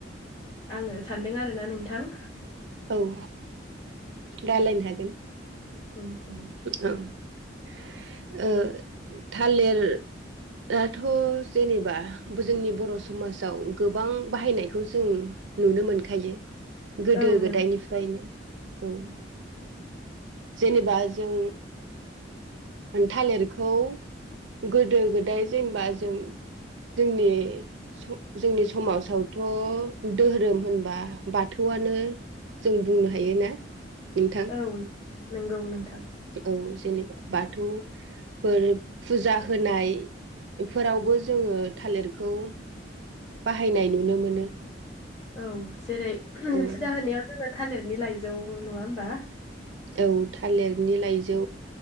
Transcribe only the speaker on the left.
आंङो सानदों आरोना नोंथां।
औ औ।
औ
नों
ओ नंगौ नोंथां
औ जेरै फुजा
होनायाव जोंङो थालिरनि लाइजौ नंङा होमबा